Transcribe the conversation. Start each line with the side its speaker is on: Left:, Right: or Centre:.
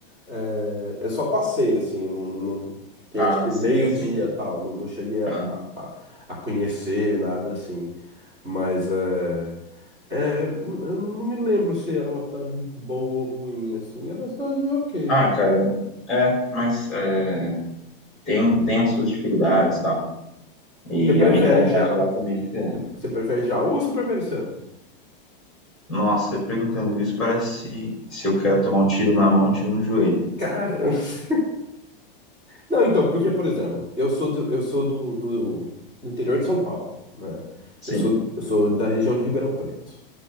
Right: Eh, eu só passei, assim, não, não fiquei
Centre: Ah,
Right: acho que
Centre: sim,
Right: meio
Centre: sim.
Right: dia tal, não, não cheguei a,
Centre: Aham.
Right: a, a a conhecer nada assim. Mas. eh, É, n- eu não me lembro se era uma cidade boa ou ruim, assim. Era uma cidade ok.
Centre: Ah, cara, é, mas é, tem, tem as suas dificuldades e tal. E
Right: Você prefere
Centre: a mentalidade
Right: já,
Centre: lá também é diferente.
Right: você prefere Jaú ou você prefere Santos?
Centre: Nossa, você perguntando isso parece se, se eu quero tomar um tiro na mão, um tiro no joelho.
Right: Cara, <laughs> não, então, porque, por exemplo, eu sou do, eu sou do, do, do interior de São Paulo, né?
Centre: Sim.
Right: Eu sou, eu sou da região de Ribeirão Preto.